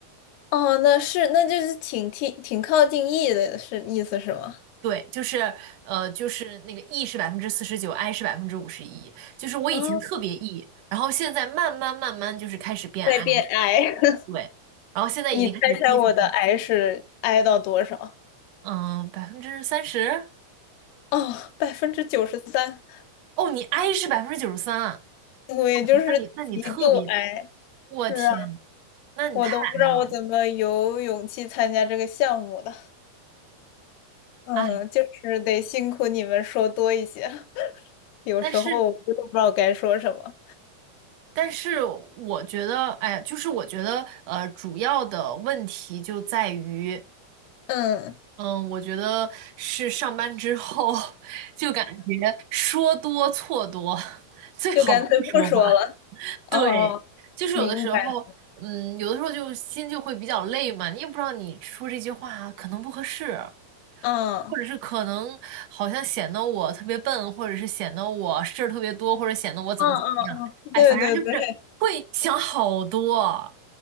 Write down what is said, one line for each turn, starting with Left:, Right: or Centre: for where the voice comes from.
Left: 哦，那是，那就是挺挺挺靠近 E 的，是意思是吗？
Right: 对，就是呃，就是那个 E 是百分之四十九，I 是百分之五十一。就是我以前特别
Left: 啊，
Right: E，然后现在慢慢慢慢就是开始变
Left: 在变
Right: I，
Left: I，<laughs>
Right: 对，然后现在已经开始偏向
Left: 你猜猜我的 I 是 I 到多少？
Right: 嗯百分之三十。
Left: 哦，百分之九十三，
Right: 哦，你 I 是百分之九十三啊，
Left: 我也就是极度
Right: 那你那你特别
Left: I。
Right: 我天，
Left: 是啊，
Right: 那你太矮了，
Left: 我都不知道我怎么有勇气参加这个项目的。嗯，
Right: 哎，
Left: 就是得辛苦你们说多一些，<laughs> 有时候我真的不知道该说什么。
Right: 但是但是我觉得，哎，就是我觉得，呃，主要的问题就在于，
Left: 嗯，
Right: 嗯，我觉得是上班之后 <laughs> 就感觉说多错多，最好不说话。
Left: 就干脆不说了。
Right: 对，
Left: 哦，
Right: 就是有的时候，
Left: 明白。
Right: 嗯，有的时候就心就会比较累嘛，你也不知道你说这句话可能不合适，
Left: 嗯。
Right: 或者是可能好像显得我特别笨，或者是显得我事儿特别多，或者显得我怎么怎么样，
Left: 嗯嗯嗯，
Right: 哎，
Left: 对对对，
Right: 反正就是会想好多，